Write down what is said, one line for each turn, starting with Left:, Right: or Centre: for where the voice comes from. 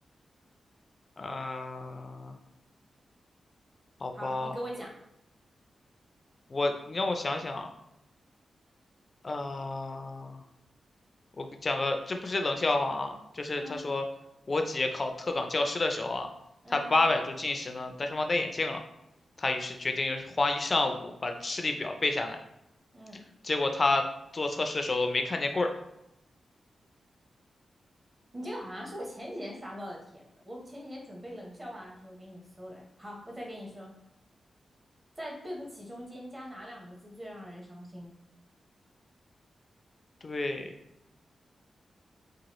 Left: 嗯、好吧，
Right: 好，你给我讲。
Left: 我你让我想想啊，呃，我给讲个，这不是冷笑话啊，就是他说我姐考特岗教师的时候啊，
Right: 嗯嗯
Left: 她八百度近视呢，但是忘戴眼镜了，她于是决定又是花一上午把视力表背下来，
Right: 嗯，
Left: 结果她做测试的时候没看见棍儿，
Right: 你这个好像是我前几天刷到的帖子，我前几天准备冷笑话的时候给你搜来的。好，我再给你说，在对不起中间加哪两个字最让人伤心？
Left: 对，